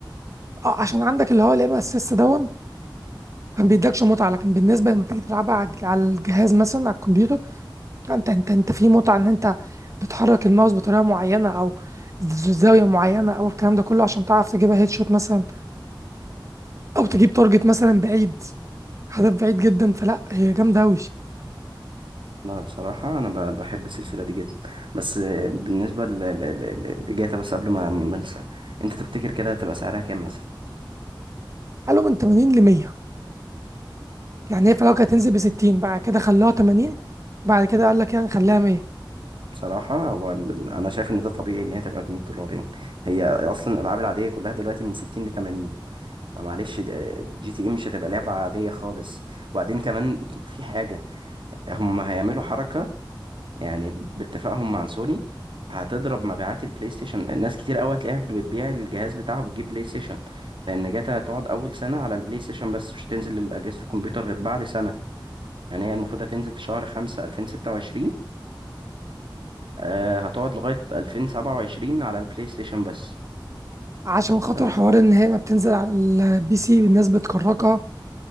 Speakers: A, on the right; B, on the right.
A: اه عشان عندك اللي هو الام اس اس دون ما بيدكش متعه لكن بالنسبه لما تيجي تلعبها على الج- على الجهاز مثلا على الكمبيوتر انت انت انت في متعه ان انت بتحرك الماوس بطريقه معينه او ز- زاويه معينه او الكلام ده كله عشان تعرف تجيبها هيد شوت مثلا او تجيب تارجت مثلا بعيد هدف بعيد جدا فلا هي جامده قوي
B: انا بصراحه انا ب... بحب السلسله دي جدا بس آه، بالنسبه ل... ل... ل... لجاتا بس قبل ما ما انسى انت تفتكر كده هتبقى سعرها كام مثلا
A: قالوا من 80 ل 100 يعني هي في الاول كانت هتنزل ب 60 بعد كده خلوها 80 بعد كده قال لك يعني خليها 100
B: بصراحة هو ال... أنا شايف إن ده طبيعي إن هي تبقى بمية دولار يعني هي أصلا الألعاب العادية كلها دلوقتي من ستين لتمانين معلش جي تي ايه مش هتبقى لعبة عادية خالص وبعدين كمان في حاجة هم هيعملوا حركة يعني باتفاقهم مع سوني هتضرب مبيعات البلاي ستيشن ناس كتير قوي هتلاقيها بتبيع الجهاز بتاعه بتجيب بلاي ستيشن لان جاتا هتقعد اول سنة على البلاي ستيشن بس مش هتنزل لأجهزة الكمبيوتر غير بعد سنة يعني هي المفروض هتنزل في شهر خمسة 2026 آه، هتقعد لغاية 2027 على البلاي ستيشن بس
A: عشان خاطر
B: انت متخيل
A: حوار ان هي ما بتنزل على البي سي والناس بتكركها